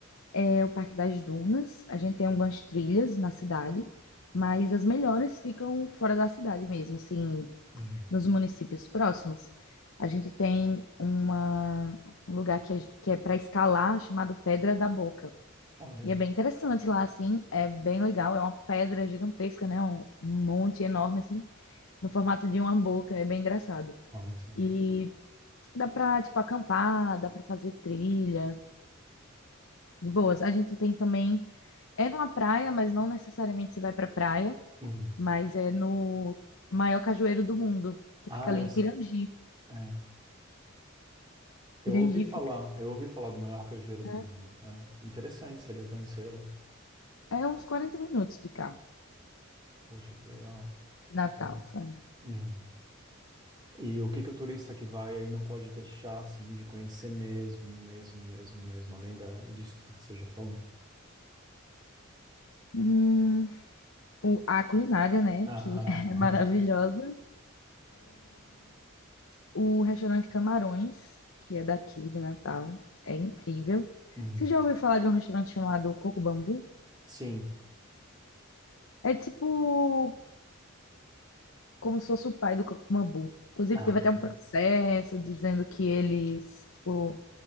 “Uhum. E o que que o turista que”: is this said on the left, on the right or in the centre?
Right